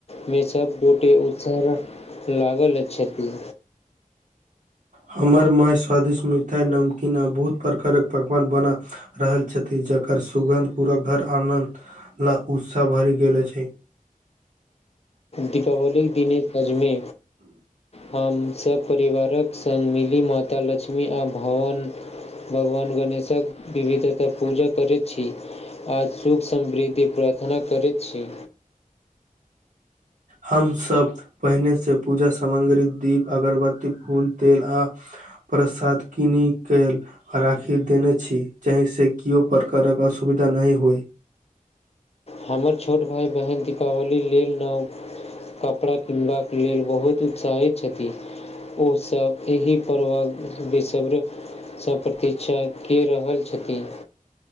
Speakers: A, on the left; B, on the right.
A: मे सब गोटे उत्साह लागल छथि
B: हमर माय स्वादिष्ट मिठाइ नमकीन आ बहुत प्रकारक पकवान बना रहल छथि जकर सुगन्ध पूराक घर आनन्द ल उत्साह भरि गेल अछि
A: दीपावलीके दिन सजमे हम सभ परिवारक संग मिली माता लक्ष्मी आ भावन भगवान गणेशक विविधता पूजा करैत छी आज सुख समृद्धि प्रार्थना करैत छी
B: हमसभ पहिने से पूजा सामग्री दीप अगरबत्ती फूल तेल आ प्रसाद किनी के राखी देने छी जाहि से किओ प्रकारक असुविधा नहि होइ
A: हमर छोट भाइ बहिन दीपावली लेल नाओ कपड़ा किनबाक लेल बहुत उत्साहित छथि ओ सब एहिह पर्व विस सँ प्रतीक्षा के रहल छथिन